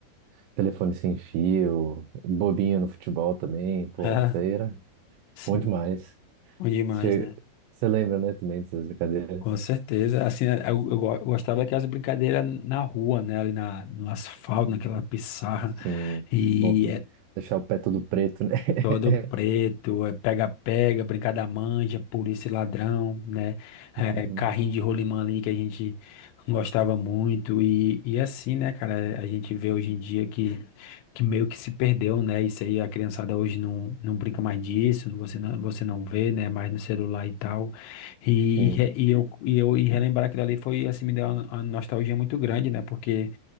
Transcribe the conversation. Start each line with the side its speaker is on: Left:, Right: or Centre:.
Right: telefone sem fio, bobinha no futebol também, pô,
Left: É,
Right: isso daí era
Left: Sim.
Right: bom demais.
Left: Bom demais,
Right: Você,
Left: né?
Right: você lembra, né, também dessas brincadeiras?
Left: com certeza. Assim, eh, eu, eu go- eu gostava daquelas brincadeiras na rua, né? Ali na, no asfalto, naquela pissarra.
Right: Sim,
Left: E
Right: bom também.
Left: eh,
Right: Deixar o pé todo preto, né?
Left: Todo preto,
Right: <laughs>
Left: é pega-pega, brincar da manja, polícia e ladrão, né? É,
Right: Uhum,
Left: carrinho de rolimã ali que a gente gostava muito. E, e assim, né, cara, a gente vê hoje em dia que que meio que se perdeu, né? Isso aí a criançada hoje não, não brinca mais disso, você não, você não vê, né? Mais no celular e tal. E,
Right: Sim,
Left: e, re- e eu, e eu e relembrar aquilo ali foi, assim, me deu uma, uma nostalgia muito grande, né? Porque